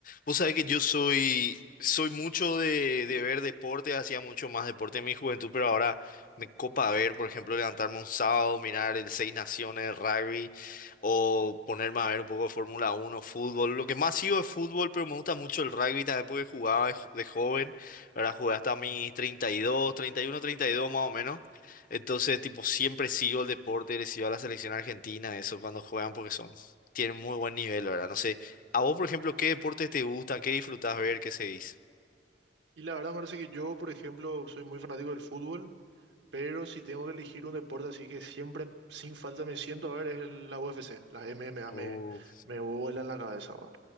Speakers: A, on the left (about 50°); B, on the right (about 80°).
A: Vos sabés que yo soy, soy mucho de, de ver deporte, hacía mucho más deporte en mi juventud, pero ahora me copa ver, por ejemplo, levantarme un sábado, mirar el Seis Naciones, el rugby, o ponerme a ver un poco de Fórmula uno fútbol. Lo que más sigo es fútbol, pero me gusta mucho el rugby también porque jugaba de, jo- de joven, ahora jugué hasta mis treinta y dos treinta y uno, treinta y dos más o menos. Entonces, tipo, siempre sigo el deporte, le sigo a la selección argentina, eso cuando juegan porque son, tienen muy buen nivel, ¿verdad? No sé. A vos, por ejemplo, ¿qué deportes te gustan? ¿Qué disfrutás ver? ¿Qué seguís?
B: Y la verdad, parece que yo, por ejemplo, soy muy fanático del fútbol, pero si tengo que elegir un deporte así que siempre, sin falta, me siento a ver, es el- la UFC. Las MMA
A: Oh,
B: me, me vuelan la cabeza. ¿no?